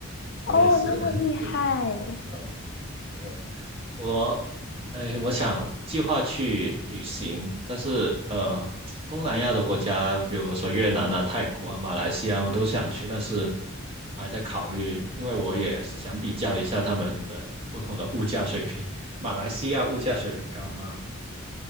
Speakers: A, on the right; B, on the left.
A: 我也是，
B: 哦，那么厉害。
A: <laughs> 就有没有我，哎，我想计划去旅行，但是呃，东南亚的国家，比如说越南啊、泰国啊、马来西亚，我都想去，但是还在考虑，因为我也想比较一下他们的不同的物价水平。马来西亚物价水平高吗？